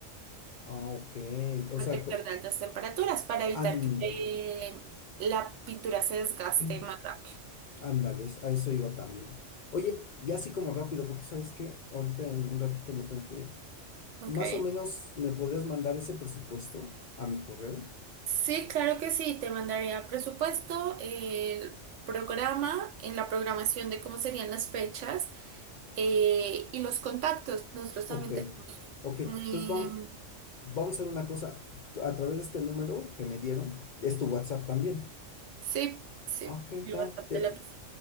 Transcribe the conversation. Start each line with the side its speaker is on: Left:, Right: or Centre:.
Left: ah, ok, o
Right: protector
Left: sea, co-
Right: de altas temperaturas para evitar
Left: ándale.
Right: que eh, la pintura se desgaste
Left: <clears throat>
Right: más rápido.
Left: Ándales, a eso iba también. Oye, y así como rápido, porque sabes que ahorita en un ratito me tengo que ir.
Right: Okay.
Left: Más o menos, ¿me podrías mandar ese presupuesto a mi correo?
Right: Sí, claro que sí, te mandaría presupuesto, el programa, en la programación de cómo serían las fechas eh, y los contactos. Nosotros
Left: Ok,
Right: también tenemos.
Left: ok. Entonces
Right: em,
Left: vamos, vamos a hacer una cosa. A través de este número que me dieron, es tu WhatsApp también.
Right: Sí, sí,
Left: Ah, Ok,
Right: el
Left: va.
Right: WhatsApp
Left: Te,
Right: de la empresa.